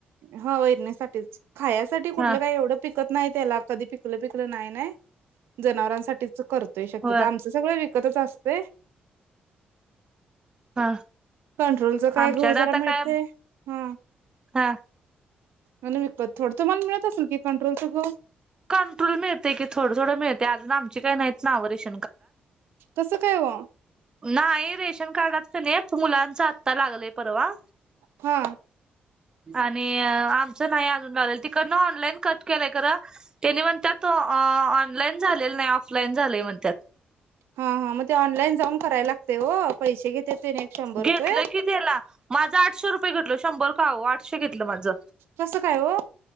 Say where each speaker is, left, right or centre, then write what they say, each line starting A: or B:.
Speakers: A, on the right (about 85°); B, on the right (about 20°).
A: हा वैरणीसाठीच खायसाठी कुठलं
B: हा
A: काही एवढं पिकत नाही त्याला कधी पिकलं पिक नाही नाही जनावरांसाठीच करतोय शक्यत
B: होय
A: आमच सगळ विकतच असते.
B: हा
A: कंट्रोलचा काय
B: आमच्याकडे
A: घऊ जरा
B: आता
A: मिळते
B: काय
A: हा
B: हा
A: आणि विकपत थोडं मन मिळत असेल की कंट्रोलचं गहू.
B: कंट्रोल मिळते की थोडं थोडं मिळते आज आम काही नाही नावरराशी.
A: कस काय व
B: नाही रेशन कार्डच नाही मुलांचा आत्ता लागलंय परवा.
A: हा
B: आणि आमचं नाही अजून रालेल तिकड ना ऑनलाईन कट केलंय खंर. त्यानी म्हणतातत ऑनलाईन झालेल नाही ऑफलाईन झालेय म्हणतात.
A: हा हा मग ते ऑनलाईन जाऊ करायला लागते हो पैसे घेते. त्याने एक शंभर
B: घेतलं
A: रुपये
B: की त्याला माझं आठशे रुपये घेतल शंभर खं आठशे घेतलं माझं.
A: कसं काय हो